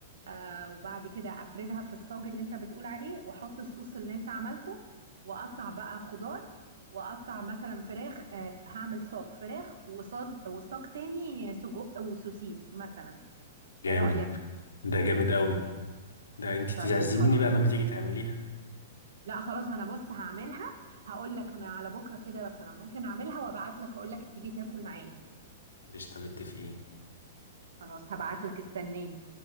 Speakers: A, on the right; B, on the left.
A: آه وبعد كده افردها في الصاج اللي انت بتقول عليه واحط الصوص اللي انت عملته واقطع بقى خضار واقطع مثلا فراخ آه هعمل صاج فراخ وصاج وصاج تاني سجق وسوسيس مثلا
B: جامد
A: ايه رأيك
B: ده جامد قوي ده انت تعزميني
A: طيب خلاص
B: بقى لما تيجي تعمليها
A: لا خلاص انا بص هعملها هقول لك انا على بكره كده بس انا ممكن اعملها وابعت لك اقول لك تيجي تاكل معايا
B: قشطة متفقين
A: خلاص هبعت لك استناني